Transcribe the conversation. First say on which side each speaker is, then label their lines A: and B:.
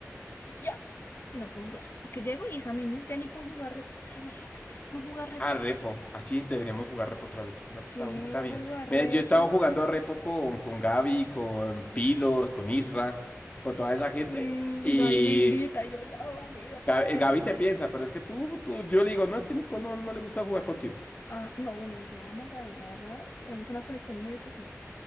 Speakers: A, on the left; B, on the left.
A: y ya. Y no puedo jugar. Porque llego y esa misma ya ni puedo jugar repo. O sea, imagínate, no jugar repo.
B: Ah, repo. Así deberíamos jugar repo otra vez. Repo
A: Sí,
B: está, bu- está
A: no
B: bien.
A: quiero jugar
B: Mira,
A: repo.
B: yo he estado jugando repo con, con Gaby, con Pilos, con Isra, con toda esa gente.
A: Mm, y
B: Y
A: Gaby me invita, y yo no, amiga, tengo
B: Ga- eh,
A: que
B: Gaby
A: dormir.
B: te piensa, pero es que tú, tú, yo le digo, no, es que Nico no, no le gusta jugar contigo.
A: Ah, no, no, yo amo a Gaby, la verdad. Tenemos una conexión muy especial.